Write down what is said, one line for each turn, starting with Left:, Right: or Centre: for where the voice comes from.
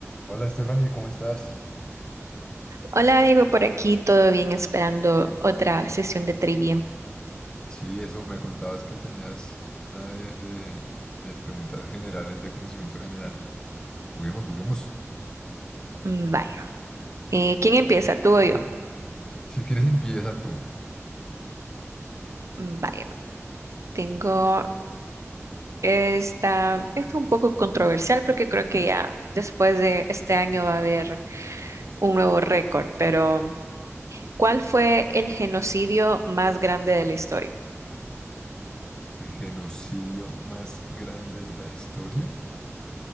Left: Hola Stephanie, ¿cómo estás?
Right: Hola, digo por aquí, todo bien, esperando otra sesión de trivia.
Left: Sí, eso me contabas que tenías una de, de- de preguntas generales, de conocimiento general. Juguemos, juguemos.
Right: Mm, Vaya. Eh, ¿quién empieza? ¿Tú o yo?
Left: Si quieres, empieza tú.
Right: Mm, Vaya. Tengo esta, esta un poco controversial porque creo que ya después de este año va a haber un nuevo récord, pero ¿cuál fue el genocidio más grande de la historia?
Left: El genocidio más grande de la historia,